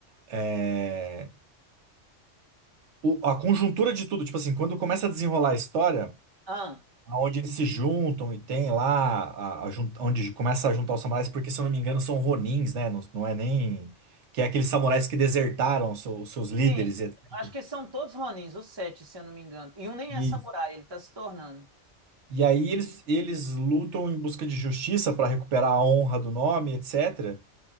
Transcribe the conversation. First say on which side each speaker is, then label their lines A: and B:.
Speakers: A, on the right (about 70°); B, on the right (about 25°).
A: é, o- a conjuntura de tudo, tipo assim, quando começa a desenrolar a história,
B: ah.
A: onde eles se juntam e tem lá, a- a jun- onde começa a juntar os samurais, porque se eu não me engano são ronins, né? Não, não é nem. Que é aqueles samurais que desertaram os seus, os seus líderes
B: Sim,
A: e etcétera.
B: acho que são todos Ronins, os sete, se eu não me engano. E um nem
A: e
B: é samurai, ele tá se tornando.
A: e aí eles, eles lutam em busca de justiça para recuperar a honra do nome, etc.